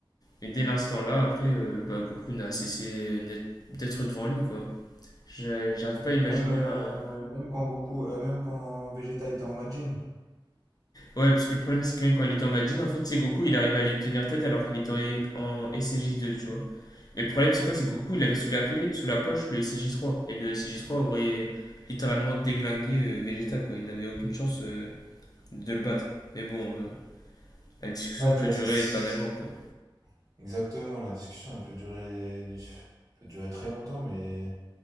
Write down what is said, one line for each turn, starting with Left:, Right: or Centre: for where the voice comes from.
Left: Et dès l'instant là, après, euh, bah, Goku n'a cessé net- d'être devant lui, quoi. J'ai- J'arrive pas à imaginer
Right: Même euh,
Left: un.
Right: même quand Goku, euh, même quand Vegeta était en Majin.
Left: Ouais, parce que le problème, c'est que même quand il était en Majin, en fait, c'est Goku, il arrive à lui tenir tête alors qu'il était en, E- en SCJ2, tu vois. Mais le problème, c'est quoi C'est que Goku, il avait sous la clé, sous la poche, le SCJ3. Et le SCJ3 aurait littéralement déglingué euh, Vegeta, quoi. Il n'avait aucune chance euh, de le battre. Mais bon, euh, la discussion
Right: Ouais, tu
Left: peut
Right: vois,
Left: durer
Right: c'est c'est-
Left: éternellement, quoi.
Right: exactement. La discussion, elle peut durer, peut durer très longtemps, mais